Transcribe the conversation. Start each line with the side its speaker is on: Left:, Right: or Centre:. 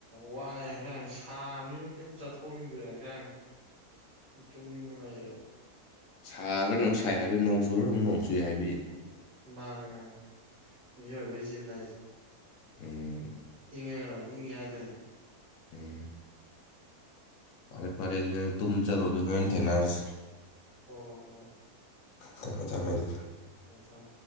Right: ꯋꯥꯏꯑ ꯍꯛꯆꯥꯡ ꯁꯥꯕꯅꯤꯅ ꯀꯩꯝ ꯆꯠꯊꯣꯛꯅꯤꯡꯗ꯭ꯔꯦ ꯍꯛꯆꯥꯡ ꯇꯨꯝꯅꯤꯡꯉ ꯂꯩꯔꯦꯕ
Left: ꯁꯥꯔ꯭ꯔꯥ ꯅ ꯑꯃꯨꯛ ꯁꯥꯏ ꯍꯥꯏꯕꯤ ꯅꯣꯡ ꯁꯨꯕ꯭ꯔꯥ ꯑꯃꯨꯛ ꯅꯣꯡ ꯁꯨꯏ ꯍꯥꯏꯕꯤ
Right: ꯃꯥꯅꯦ ꯃꯥ ꯃꯤꯑꯣꯏꯕꯩ ꯆꯤꯟꯟꯅꯏꯁꯦ
Left: ꯎꯝ
Right: ꯏ ꯏ ꯌꯥꯖꯦ
Left: ꯎꯝ ꯐꯔꯦ ꯐꯔꯦ ꯑꯗꯨ ꯇꯨꯝ ꯆꯔꯣ ꯑꯗꯨ ꯍ ꯊꯦꯡꯅꯔꯁꯤ
Right: ꯑꯣ
Left: ꯇꯃꯦ ꯇꯃꯦꯜ
Right: ꯑꯆꯥꯥ